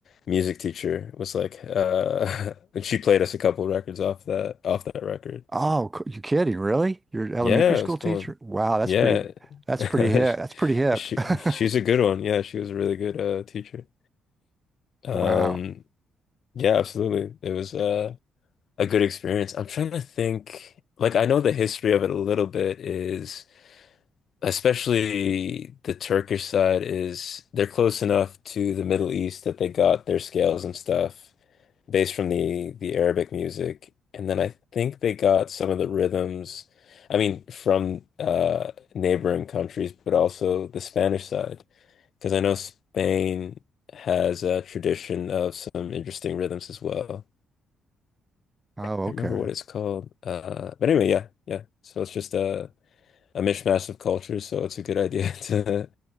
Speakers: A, on the left; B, on the right.
A: music teacher was like, uh, <laughs> and she played us a couple records off that off that record.
B: Oh, c- you kidding? Really? You're an elementary
A: Yeah,
B: school
A: it was cool.
B: teacher? Wow, that's
A: Yeah,
B: pretty. That's
A: <laughs>
B: pretty hip. That's pretty hip.
A: she,
B: <laughs>
A: she's a good one. Yeah, she was a really good uh teacher. Um,
B: Wow.
A: yeah, absolutely. It was uh. a good experience. I'm trying to think, like I know the history of it a little bit is especially the Turkish side is they're close enough to the Middle East that they got their scales and stuff based from the the Arabic music. And then I think they got some of the rhythms, I mean, from uh neighboring countries, but also the Spanish side. Because I know Spain has a tradition of some interesting rhythms as well
B: Oh,
A: can't
B: okay.
A: remember what it's called. Uh, but anyway, yeah, yeah. So it's just a a mishmash of cultures. So it's a good idea <laughs> to